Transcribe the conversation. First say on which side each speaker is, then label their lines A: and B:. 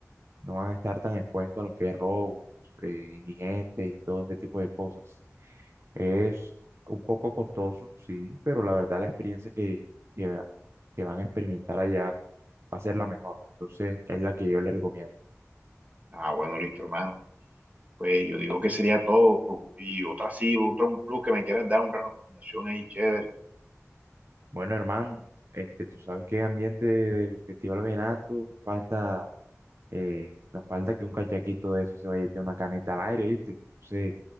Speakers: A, on the right; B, on the right.
A: no van a estar tan expuestos a lo que es robos, eh, indigentes y todo ese tipo de cosas. Es un poco costoso, sí, pero la verdad la experiencia que, que, que van a experimentar allá va a ser la mejor. Entonces es la que yo les recomiendo.
B: Ah, bueno, listo, hermano. Pues yo digo que sería todo, y otra sí, otro un plus que me quieras dar, una recomendación ahí chévere.
A: Bueno, hermano, este, tú sabes que en ambiente del Festival Vallenato nos falta, eh, nos falta que un cachaquito de eso se vaya a echar una canita al aire, ¿viste? Entonces,